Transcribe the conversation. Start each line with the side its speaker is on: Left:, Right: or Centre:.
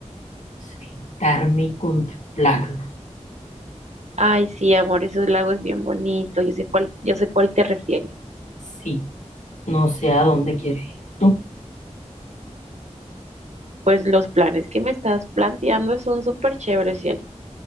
Left: sentarme y contemplarlo.
Right: Ay, sí, amor, esos lagos es bien bonito. Yo sé cuál, yo sé cuál te refieres.
Left: Sí, no sé a dónde quieres ir tú.
Right: Pues los planes que me estás planteando son súper chéveres, cielo.